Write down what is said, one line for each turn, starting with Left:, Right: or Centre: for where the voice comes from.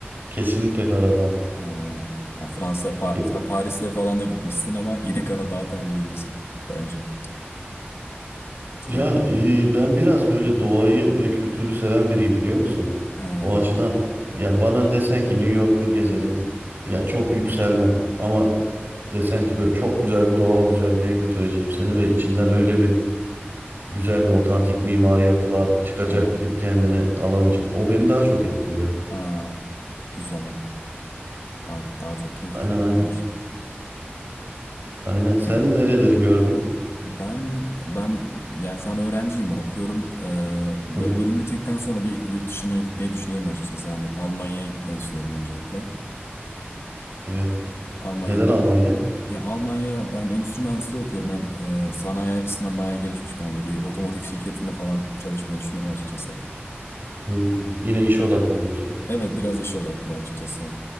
Right: Kesinlikle Karadağ.
Left: Ee, yani Fransa, Pa-
Right: Ya,
Left: mesela Paris'e falan da gitmişsin ama <laughs> yine Karadağ'ı tercih ediyorsun bence. Farklı.
Right: ya, e, ben biraz böyle doğayı ve kültürü seven biriyim biliyor musun?
Left: Ha,
Right: O açıdan yani bana desen ki New York'u gezelim. Ya çok yükselmem ama desen ki böyle çok güzel bir doğal güzelliğe götüreceğim seni ve içinden öyle bir güzel bir otantik mimari yapılar çıkacak
Left: ha,
Right: ki kendine alamayacak. O beni daha çok etkiliyor.
Left: ha. Güzel. Daha, daha çok keyifli
Right: Aynen aynen.
Left: bir şeymiş.
Right: Aynen. Sen
Left: <clears throat>
Right: nereleri gördün?
Left: Ben ben yani şu an öğrenciyim okuyorum. Ee, bö-
Right: Hı hı.
Left: bölüm bittikten sonra bir yurt dışına gitmeyi düşünüyorum açıkçası. Hani Almanya'ya gitmeyi düşünüyorum öncelikle.
Right: Evet.
Left: Almanya'da
Right: Neden Almanya?
Left: ya Almanya ben endüstri mühendisliği okuyorum. Hem e, sanayi açısından bayağı gelişmiş bence. Bir otomotiv şirketinde falan çalışmayı düşünüyorum açıkçası.
Right: Hı. Yine iş odaklı diyorsun.
Left: Evet biraz işe odaklı açıkçası.